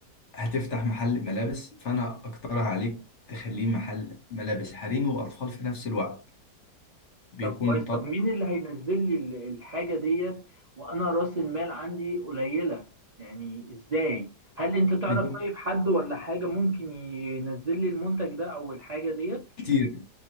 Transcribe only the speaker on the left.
هتفتح محل ملابس فانا اقترح عليك تخليه محل ملابس حريمي واطفال في نفس الوقت بيكون
الطلب
بت-
كتير